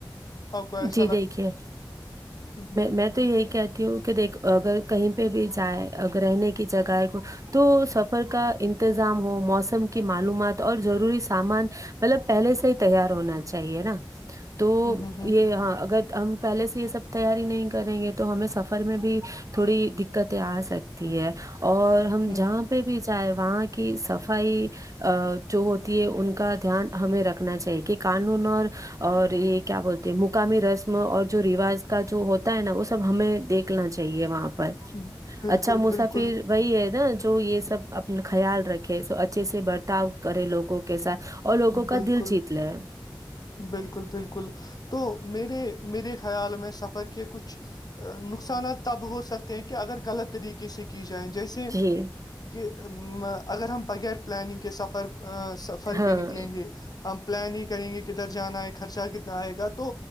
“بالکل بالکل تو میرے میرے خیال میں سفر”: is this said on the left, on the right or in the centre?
Left